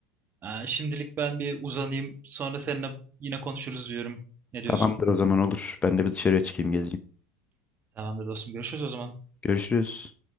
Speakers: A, on the right; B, on the left.
A: Ee, Şimdilik ben bir uzanayım sonra seninle yine konuşuruz diyorum. Ne
B: Tamamdır
A: diyorsun?
B: o zaman olur. Ben de bir dışarıya çıkayım gezeyim.
A: Tamamdır dostum görüşürüz o zaman.
B: Görüşürüz.